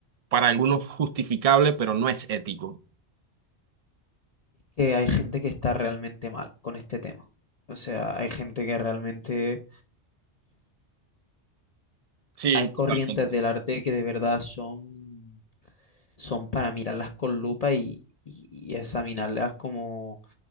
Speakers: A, on the right; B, on the left.
A: para algunos justificable, pero no es ético.
B: Que hay gente que está realmente mal con este tema. O sea, hay gente que realmente,
A: Sí,
B: hay corrientes
A: totalmente.
B: del arte que de verdad son, son para mirarlas con lupa y, y- y examinarlas como,